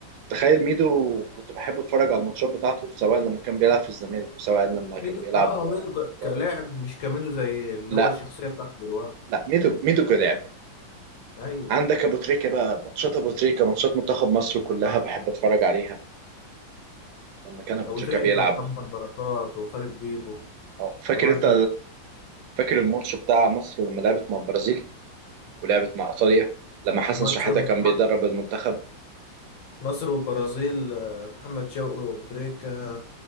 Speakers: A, on the right (about 85°); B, on the left (about 80°).
A: تخيل ميدو كنت بحب اتفرج على الماتشات بتاعته سواء لما كان بيلعب في الزمالك وسواء لما كان
B: ميدو
A: بيلعب
B: اه
A: آه،
B: ميدو ك-
A: بره
B: كلاعب مش كميدو زي اللي
A: لا
B: هو الشخصيه بتاعته دلوقتي
A: لا ميدو ميدو كلاعب
B: ايوه
A: عندك ابو تريكه بقى ماتشات ابو تريكه ماتشات منتخب مصر كلها بحب اتفرج عليها لما كان ابو
B: ابو
A: تريكه
B: تريكه
A: بيلعب
B: ومحمد بركات وخالد بيبو
A: أه، فاكر
B: جماعه
A: انت
B: دول
A: فاكر الماتش بتاع مصر لما لعبت مع البرازيل ولعبت مع ايطاليا لما حسن
B: ماتش
A: شحاته كان بيدرب
B: مصر
A: المنتخب
B: مصر والبرازيل آه، محمد شوقي وابو تريكه